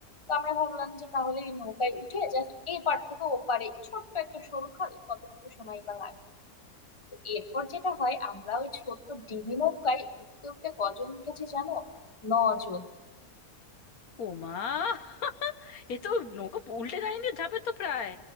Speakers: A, on the left; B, on the left.
A: তো আমরা ভাবলাম যে তাহলে এই নৌকায় উঠে জাস্ট এ পার থেকে ও পারে ছোট্ট একটা সরু খাল কতটুকু সময় বা লাগবে তো এরপর যেটা হয় আমরা ওই ছোট্ট ডিঙি নৌকায় উঠতে উঠতে কজন উঠেছি জানো নজন
B: ও মা <laughs> এ তো নৌকা উল্টে যায়নি যাবে তো প্রায়